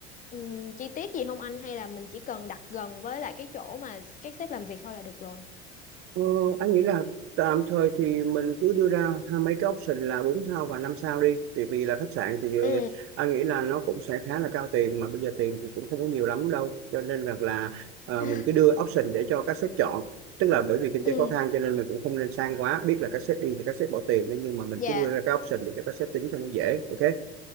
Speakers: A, on the left; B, on the right.
A: ừm, chi tiết gì không anh hay là mình chỉ cần đặt gần với lại cái chỗ mà các sếp làm việc thôi là được rồi
B: Ờ, anh nghĩ là tạm thời thì mình cứ đưa ra hai mấy cái option là 4 sao và 5 sao đi thì vì là khách sạn thì ờ,
A: ừ
B: anh nghĩ là nó cũng sẽ khá là cao tiền mà bây giờ tiền thì cũng không có nhiều lắm đâu cho nên rằng là ờ,
A: <laughs>
B: mình cứ đưa option để cho các sếp chọn tức là bởi vì kinh tế
A: ừ
B: khó khăn cho nên mình cũng không nên sang quá biết là các sếp đi thì các sếp bỏ tiền đấy nhưng mà mình
A: dạ
B: cứ đưa ra cái option để cho các sếp tính cho nó dễ ok